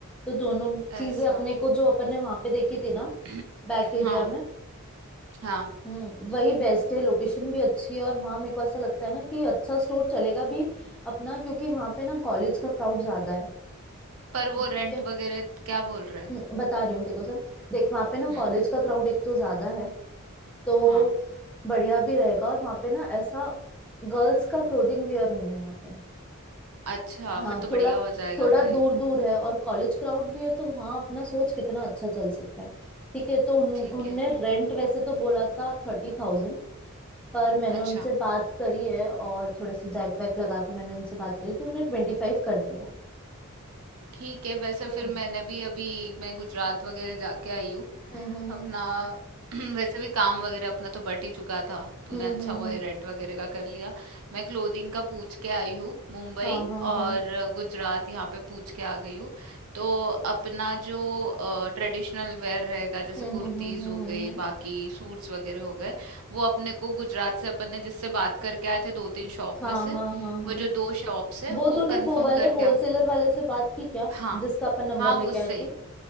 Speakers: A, in the centre; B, on the right (about 75°).
A: तो दोनों
B: ऐसा
A: चीजें अपने को जो अपन ने वहां पे देखी थी ना
B: <clears throat>
A: बैक एरिया
B: हाँ
A: में
B: हाँ
A: हम्म वही बेस्ट है लोकेशन भी अच्छी है और वहां मेरे को ऐसा लगता है ना कि अच्छा स्टोर चलेगा भी अपना क्योंकि वहां पे ना कॉलेज का क्राउड ज्यादा है
B: पर वो
A: ठीक
B: रेंट
A: है
B: वगैरह क्या बोल रहा है
A: हम्म, बता रही हूँ तेरे को सब देख वहां पे ना
B: हम्म
A: कॉलेज का क्राउड एक तो ज्यादा है तो
B: हाँ
A: बढ़िया भी रहेगा और वहां पे ना ऐसा गर्ल्स का क्लोथिंग वेयर नहीं है वहां पे
B: अच्छा
A: हाँ
B: फिर तो बढ़िया
A: थोड़ा
B: हो जाएगा
A: थोड़ा
B: भाई
A: दूर दूर है और कॉलेज क्राउड भी है तो वहाँ अपना सोच कितना अच्छा चल सकता है ठीक है तो उन,
B: ठीक
A: उनने
B: है
A: रेंट वैसे तो बोला था थर्टी थाउजेंड पर मैंने
B: अच्छा
A: उनसे बात करी है और थोड़े से जैक वैक लगा के मैंने उनसे बात करी तो उनने ट्वेंटी फाइव कर दिया
B: ठीक है वैसे
A: हम्म
B: फिर मैंने भी अभी मैं गुजरात वगैरह जाके आई हूँ
A: हम्म हम्म
B: अपना <clears throat> वैसे भी काम वगैरह अपना तो बट ही चुका था तूने
A: हम्म
B: अच्छा
A: हम्म हम्म
B: हुआ
A: हम्म,
B: ये रेंट वगैरह का कर लिया मैं क्लोथिंग का पूछ के आई हूँ मुंबई
A: हाँ हाँ
B: और
A: हाँ
B: गुजरात यहाँ पे पूछ के आ गई हूँ तो अपना जो ट्रेडिशनल वेयर रहेगा जैसे
A: हम्म
B: कुर्तीज
A: हम्म हम्म हम्म
B: हो
A: हम्म
B: गई
A: हम्म।
B: बाकी सूट्स वगैरह हो गए वो अपने को गुजरात से अपन ने जिससे बात करके आए थे दो तीन शॉप
A: हाँ
B: में से
A: हाँ हाँ हाँ
B: वो जो दो शॉप्स है
A: वो
B: वो
A: तूने
B: कंफर्म
A: वो वाले
B: करके
A: होलसेलर
B: आ-
A: वाले से बात की क्या
B: हाँ
A: जिसका अपन नंबर
B: हाँ
A: लेके
B: उससे
A: आए थे